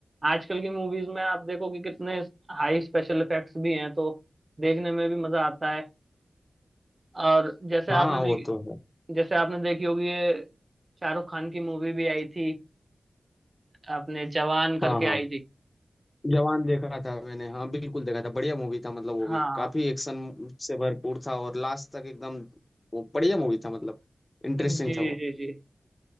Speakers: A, on the right; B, on the left.
A: आजकल की मूवीज में आप देखो कि कितने हाई स्पेशल इफेक्ट्स भी हैं तो देखने में भी मजा आता है और जैसे
B: हाँ
A: आपने देखी
B: वो तो है
A: जैसे आपने देखी होगी ये शाहरुख खान की मूवी भी आई थी आपने जवान करके
B: हाँ हाँ
A: आई थी
B: जवान देखा था मैंने हाँ बिल्कुल देखा था बढ़िया मूवी था मतलब वो
A: हाँ
B: भी काफी एक्शन से भरपूर था और लास्ट तक एकदम वो बढ़िया मूवी था मतलब इंटरेस्टिंग
A: जी
B: था वो
A: जी